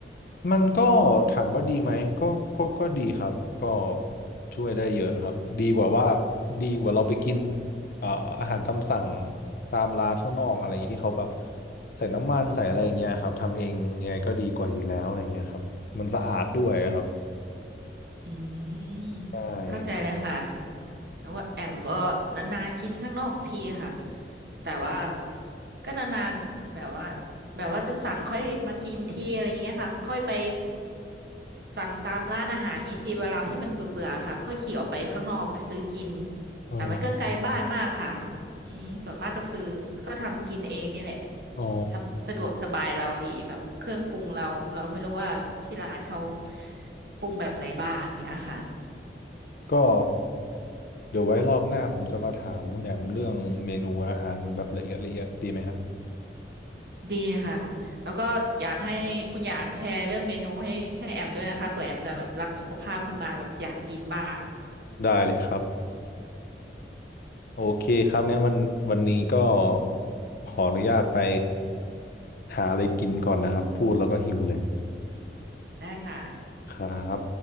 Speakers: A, on the left (about 55°); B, on the right (about 60°).
A: มันก็ถามว่าดีไหมก็ก็ก็ดีครับก็ช่วยได้เยอะครับดีกว่าว่าดีกว่าเราไปกินเอ่ออาหารตามสั่งตามร้านข้างนอกอะไรอย่างนี้ที่เขาแบบใส่น้ำมันใส่อะไรอย่างเงี้ยครับทำเองไงก็ดีกว่าอยู่แล้วอะไรเงี้ยครับมันสะอาดด้วยครับ
B: อืมเข้าใจเลยค่ะ
A: ใช่
B: แต่ว่าแอมก็นานๆกินข้างนอกทีค่ะแต่ว่าก็นานๆแบบว่าแบบว่าจะสั่งค่อยมากินทีอะไรเงี้ยค่ะค่อยไปสั่งตามร้านอาหารงี้ทีเวลาที่มันเบื่อๆค่ะค่อยขี่ออกไปข้างนอกไปซื้อกิน
A: อ๋อ
B: แต่มันก็ไกลบ้านมากค่ะ อืมส่วนมากก็ซื้อก็ทำกินเองนี่แหละ
A: อ๋อ
B: สะสะดวกสบายเราดีแบบเครื่องปรุงเราเราไม่รู้ว่าที่ร้านเขาปรุงแบบไหนบ้างอย่างเนี้ยค่ะ
A: ก็เดี๋ยวไว้รอบหน้าผมจะมาถามคุณแอมเรื่องเมนูอาหารแบบละเอียดละเอียดดีไหมฮะ
B: ดีค่ะแล้วก็อยากให้คุณหยางแชร์เรื่องเมนูให้ให้แอมด้วยนะคะเผื่อแอมจะแบบรักสุขภาพขึ้นมาแบบอยากกินบ้าง
A: ได้เลยครับ โอเคครับงั้นวันวันนี้ก็ขออนุญาตไปหาอะไรกินก่อนนะครับพูดแล้วก็หิวเลย
B: ได้ค่ะ
A: ครับ